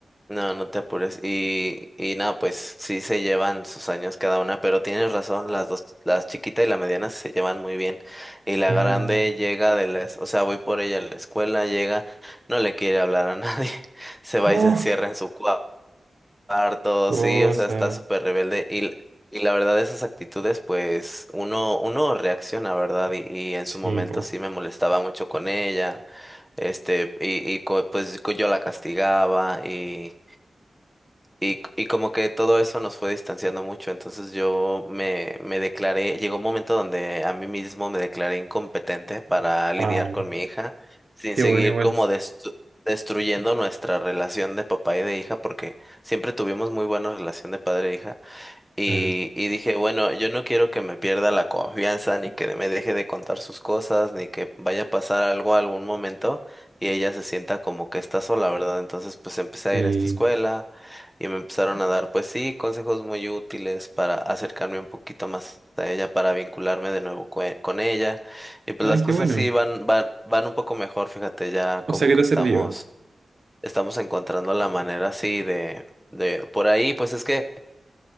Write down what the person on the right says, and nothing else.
Claro.
No,
cosa.
Sí,
po.
Ah,
qué
bueno igual.
Claro.
Sí.
Ah,
qué
bueno.
O sea que
te
sirvió.